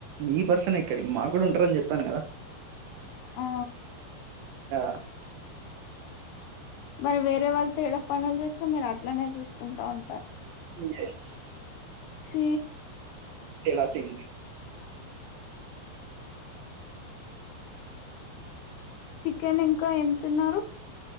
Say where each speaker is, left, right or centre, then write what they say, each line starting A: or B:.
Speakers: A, on the right (about 70°); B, on the left (about 75°).
A: ఈ పర్సన్ ఇక్కడికి మాకు కూడా ఉంటారని చెప్పాను కదా
B: ఆ
A: ఆ
B: మరి వేరే వాళ్ళు తేడా పనులు చేస్తే మీరు అట్లనే చూసుకుంటా ఉం
A: యెస్
B: చీ
A: తేడా సింగ్
B: చికెన్ ఇంకా ఏం తిన్నారు